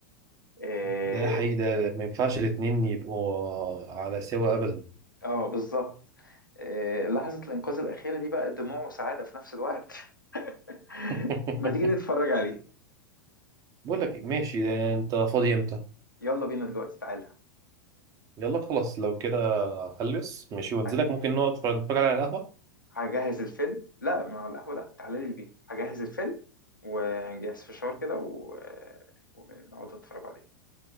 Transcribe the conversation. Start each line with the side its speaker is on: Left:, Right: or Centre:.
Left: اه
Right: ده حقيقي ده ما ينفعش الاتنين يبقوا على سوا أبدا
Left: آه، بالظبط آه، لحظة الإنقاذ الأخيرة دي بقى دموع وسعادة في نفس الوقت <laughs>
Right: <laughs>
Left: ما تيجي نتفرج عليه
Right: بقول لك إيه، ماشي ده أنت فاضي إمتى؟
Left: يلا بينا دلوقتي تعالى
Right: يلا خلاص لو كده هلبس ماشي وانزلك
Left: ه-
Right: ممكن نقعد نتفرج على القهوة
Left: هجهز الفيلم لا مع القهوة لا تعالى لي البيت هجهز الفيلم ونجهز فشار كده و... آه، ونقعد نتفرج عليه